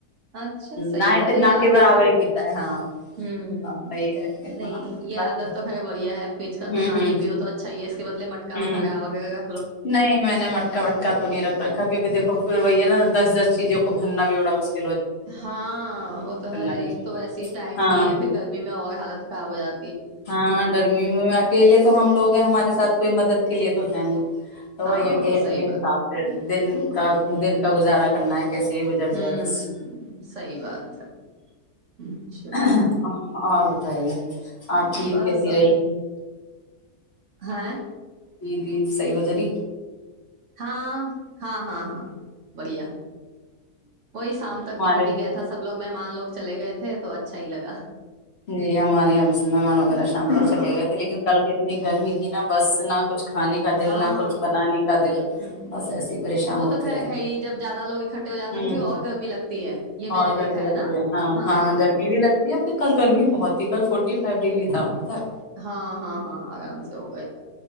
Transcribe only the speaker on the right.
اچھا صحیح
ہے تو
یہ عادت
تو
ہمم
نہیں
یہ
عادت تو خیر بڑھیا ہے فرج کا
تو نہ
ہی پیو تو اچھا ہی ہے اس کے بدلے مٹک <unintelligible>
ہاں وہ تو ہے
ایک تو ویسی ٹائم
نہیں ہے پھر گرمی میں اور حالت کاویا
ہاں
صحیح بات
ہومم
سہی بات ہے اچھا
آ
بس
ہاں
ہاں ہاں ہاں ہاں بڑھیا وہی شام
تک نپٹی ہی گیا تھا سب لوگ مہمان لوگ چلے گئے تھے تو اچھا ہی لگا
ہاں
ہاں
ہمم
وہ
تو خیر
ہے ہی جب زیادہ لوگ اکٹھے ہو جاتے
تو پھر اور گرمی لگتی ہے یہ میں
نے
دیکھا
ہے نا ہاں
ہاں ہاں ہاں آرام سے ہو گئے تھا